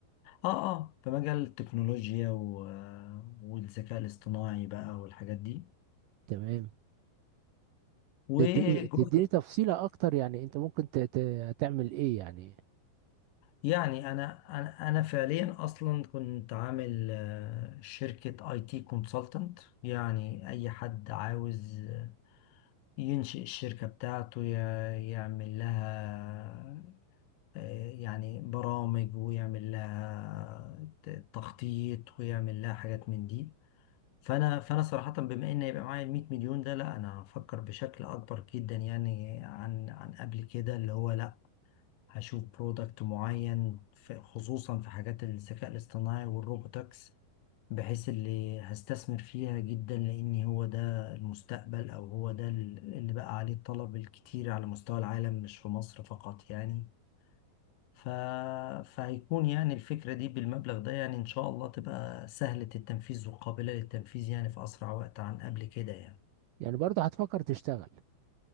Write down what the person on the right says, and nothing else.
تمام
تديني تديني تفصيلة أكتر يعني أنت ممكن ت- ت- تعمل إيه يعني
يعني برضه هتفكر تشتغل